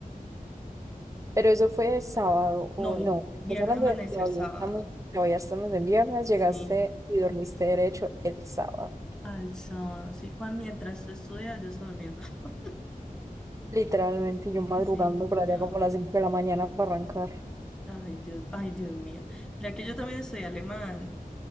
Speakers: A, on the right (about 20°); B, in the centre.
A: Pero eso fue sábado o
B: No,
A: no. Estás
B: viernes,
A: hablando
B: amanecer,
A: de todavía
B: sábado.
A: estamos, todavía estamos en viernes,
B: Sí,
A: llegaste y dormiste derecho el sábado.
B: al sábado, sí. Cuando, mientras tú estudias, yo estaba durmiendo. <laughs>
A: Literalmente yo madrugando
B: Sí,
A: por
B: no.
A: allá como a las cinco de la mañana para arrancar.
B: Ay, Dios, ay, Dios mío. Mira que yo también estudié alemán.